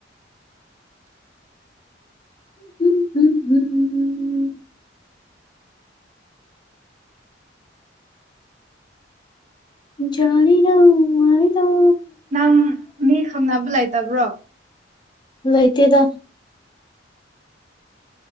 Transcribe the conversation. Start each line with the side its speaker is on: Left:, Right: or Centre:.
Left: ꯍꯨꯝ ꯍꯨꯝ ꯍꯨꯝ ꯌꯥꯅꯤ ꯂ ꯃꯥꯔꯤꯗ <inaudible>
Right: ꯅꯪ ꯃꯤ ꯈꯪꯅꯕ ꯂꯩꯇꯕ꯭ꯔꯣ
Left: ꯂꯩꯥꯏꯇꯦꯗ